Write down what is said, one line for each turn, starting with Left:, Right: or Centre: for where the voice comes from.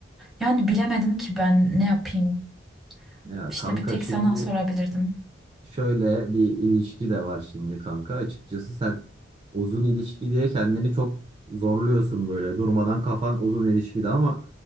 Centre: Yani bilemedim ki ben ne yapayım.
Right: Ya
Centre: İşte
Right: kanka
Centre: bir tek
Right: şimdi
Centre: sana sorabilirdim.
Right: Şöyle bir ilişki de var şimdi kanka. Açıkçası sen uzun ilişki diye kendini çok zorluyorsun böyle. Durmadan kafan uzun ilişkide ama